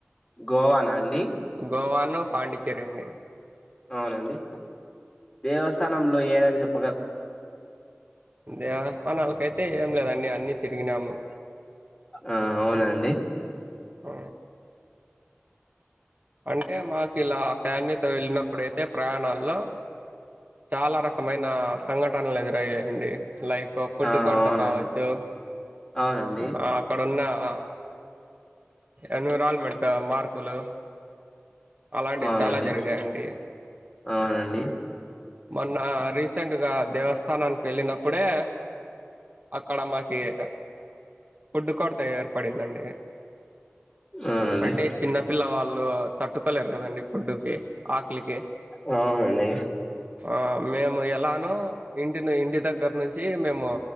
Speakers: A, on the left; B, on the right.
A: గోవానా అండి
B: గోవాను పాండిచ్చేరి అండి
A: అవునండి దేవస్థానంలో ఏదనా చెప్
B: దేవస్థానాలకయితే ఏం లేదండి అన్ని తి రిగినాము
A: ఆ అవునండి
B: ఔ అంటే మాకు ఇలా ఫ్యామిలి తో వెళ్ళినప్పుడయితే ప్రయాణాల్లో చాలా రకమైన సంఘటనలు ఎదురయ్యాయండి లైక్ <inaudible> ఫుడ్
A: ఆ
B: కొరత
A: అవునండి
B: కావచ్చు
A: అవునండి
B: ఆ అక్కడున్న ఆ ఎన్విరాల్మెంట్ మార్పులు అలాంటివి
A: అవునండి
B: చాలా జరిగాయండి
A: అవునండి
B: మొన్న రీసెంట్ గా దేవస్థానానికి వెళ్ళినప్పుడే అక్కడ టమా <unintelligible> <unintelligible> ఫుడ్డు కొరత ఏర్పడిందండి
A: అవునండి
B: అంటే చిన్నపిల్ల వాళ్ళు తట్టుకోలేరు కదండి ఫుడ్డుకి ఆకలికి
A: అవునండి
B: ఆ మేము ఎలానో ఇంటిని ఇంటి దగ్గర నుం చి మేము